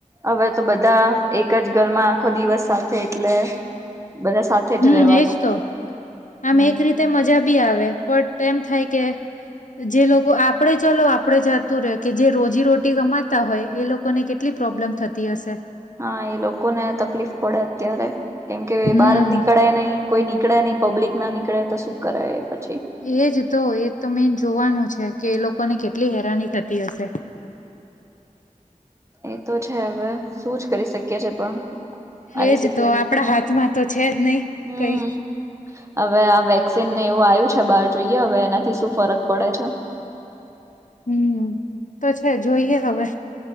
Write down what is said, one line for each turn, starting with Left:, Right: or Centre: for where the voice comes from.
Right: અવે તો બધા એક જ ઘરમાં આખો દિવસ સાથે એટલે બધા સાથે જ
Left: હમ
Right: રેવાનું.
Left: એજ તો આમ,
Right: હમ
Left: એક રીતે મજા બી આવે. પટ એમ થાય કે જે લોકો આપડે ચલો આપડે ચાલતું રે કે, જે રોજી રોટી કમાતા હોય એ લોકોને કેટલી પ્રોબ્લેમ થતી હશે.
Right: હા, એ લોકોને તકલીફ પડે અત્યારે. કેમ કે,
Left: હમ
Right: બાર જ નીકળે નઈ. કોઈ નીકળે નઈ, પબ્લિક ના નીકળે તો શું કરે એ પછી.
Left: એજ તો, એજ તો મેન જોવાનું છે, કે એ લોકોને કેટલી હેરાની થતી હશે.
Right: એ તો છે, હવે શું જ કરી શકી કે છે પણ.
Left: એજ
Right: આવી સીચૂએશનમાં.
Left: તો આપણા હાથમાં તો છે જ નહી
Right: હમ.
Left: કઈ
Right: હવે આ વેક્સીન એવું આવ્યું છે બહાર જોઈએ હવે એનાથી શું ફરક પડે છે.
Left: હમ, ઈ તો છે જોઈએ હવે.